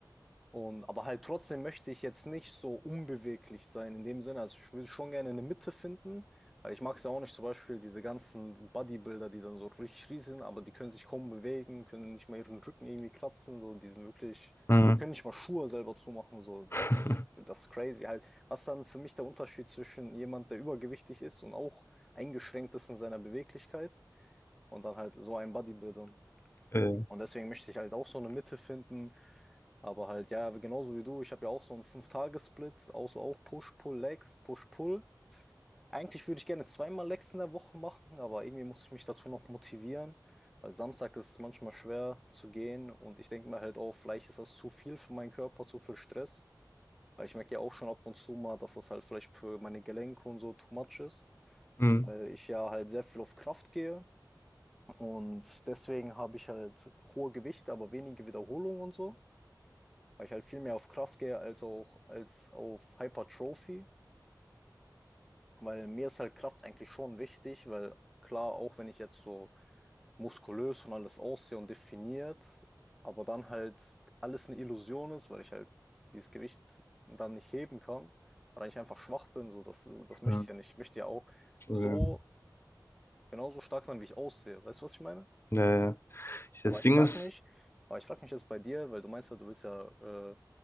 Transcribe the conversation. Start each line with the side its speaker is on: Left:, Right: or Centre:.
Centre: Und, aber halt trotzdem möchte ich jetzt nicht so unbeweglich sein in dem Sinne. Also ich will schon gerne eine Mitte finden, weil ich mag es ja auch nicht zum Beispiel diese ganzen Bodybuilder, die dann so richtig riesig sind, aber die können sich kaum bewegen, können nicht mal ihren Rücken irgendwie kratzen, so die sind wirklich,
Left: Mhm.
Centre: können nicht mal Schuhe selber zumachen, so
Left: <laughs>
Centre: ich, das ist crazy halt. Was dann für mich der Unterschied zwischen jemand, der übergewichtig ist und auch eingeschränkt ist in seiner Beweglichkeit und dann halt so einem Bodybuilder.
Left: Äh,
Centre: Und deswegen möchte ich halt auch so eine Mitte finden aber halt, ja, genauso wie du, ich habe ja auch so einen Fünf-Tage-Split, also auch Push-Pull-Legs, Push-Pull. Eigentlich würde ich gerne zweimal Legs in der Woche machen, aber irgendwie muss ich mich dazu noch motivieren, weil Samstag ist es manchmal schwer zu gehen und ich denke mir halt auch, vielleicht ist das zu viel für meinen Körper, zu viel Stress, weil ich merke ja auch schon ab und zu mal, dass das halt vielleicht für meine Gelenke und so too much ist,
Left: mhm.
Centre: weil ich ja halt sehr viel auf Kraft gehe und deswegen habe ich halt hohe Gewichte, aber wenige Wiederholungen und so. weil ich halt viel mehr auf Kraft gehe als auch als auf Hypertrophie, weil mir ist halt Kraft eigentlich schon wichtig, weil klar, auch wenn ich jetzt so muskulös und alles aussehe und definiert, aber dann halt alles eine Illusion ist, weil ich halt dieses Gewicht dann nicht heben kann, weil ich einfach schwach bin, so das, das möchte
Left: Ja.
Centre: ich ja nicht. Ich möchte ja auch
Left: Entschuldigung.
Centre: so genauso stark sein, wie ich aussehe. Weißt du, was ich meine?
Left: Naja. Das
Centre: Aber ich
Left: Ding
Centre: frage
Left: ist,
Centre: mich, aber ich frage mich jetzt bei dir, weil du meinst ja, du willst ja äh,